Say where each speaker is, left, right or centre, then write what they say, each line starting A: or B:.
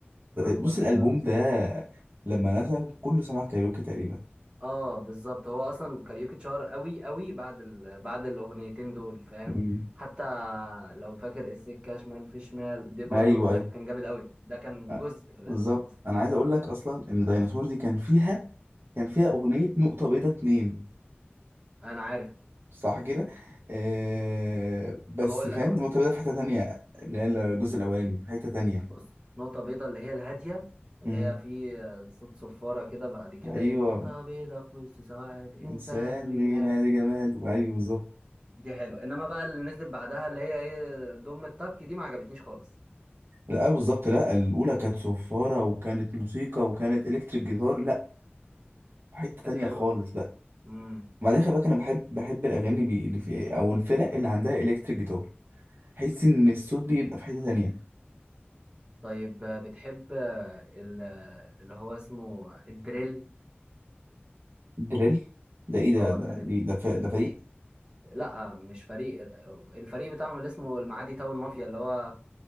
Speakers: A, on the right; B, on the right.
A: على الناصية
B: بص الالبوم ده لما نزل كله سمع كاريوكي تقريبا
A: اه بالظبط هو اصلا كاريوكي اتشهر قوي قوي بعد ال... بعد الاغنيتين دول فاهم
B: مم.
A: حتى لو فاكر السكه شمال في شمال دي برضو
B: ايوه
A: ده
B: ايوه
A: كان جامد قوي ده كان
B: آه،
A: جزء في الالبوم
B: بالظبط
A: اصلا
B: انا عايز اقول لك اصلا ان ديناصور دي كان فيها كان فيها أغنية نقطة بيضة اتنين
A: انا عارف
B: صح كده آه بس
A: طب اقول
B: فاهم
A: لك اقول
B: نقطة
A: لك
B: بيضة في حتة تانية اللي هي الجزء الأولاني في حتة تانية
A: بص نقطه بيضه اللي هي الهاديه اللي
B: مم.
A: هي في صوت صفاره كده بعد كده
B: أيوة
A: ايه نقطه بيضه في وسط سواد انسان
B: إنسان
A: بينات
B: بينادي جماد أيوة بالظبط
A: دي حلوه انما بقى اللي نزلت بعدها اللي هي ايه ضم التك دي ما عجبتنيش خالص
B: لا بالظبط لا الأولى كانت صفارة وكانت موسيقى وكانت إلكتريك جيتار لا حتة تانية
A: كانت حلوه
B: خالص بقى
A: امم
B: وبعدين خلي بالك أنا بحب بحب الأغاني بي- اللي في أو الفرق اللي عندها إلكتريك جيتار بحس إن الصوت بيبقى في حتة تانية
A: طيب آه، بتحب آه، ال- آه، اللي هو اسمه الدريل
B: دريل ده إيه ده
A: اه
B: ده
A: الدريل
B: دي- ده, ف- ده فريق
A: لا آه، مش فريق آه، الفريق بتاعهم اللي اسمه المعادي تاون مافيا اللي هو